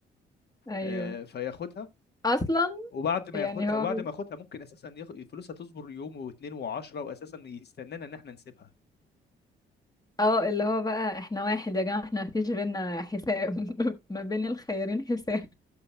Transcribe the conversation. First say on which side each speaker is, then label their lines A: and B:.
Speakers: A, on the left; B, on the left.
A: ايوه
B: آه، فياخدها
A: اصلا
B: وبعد ما
A: يعني
B: ياخدها
A: هو
B: وبعد ما ياخدها ممكن اساسا ياخ- فلوسها تصبر يوم واتنين وعشرة واساسا يستنانا ان احنا نسيبها
A: اه اللي هو بقى احنا واحد يا جماعه احنا مفيش بينا حساب <laughs> ما بين الخيرين حساب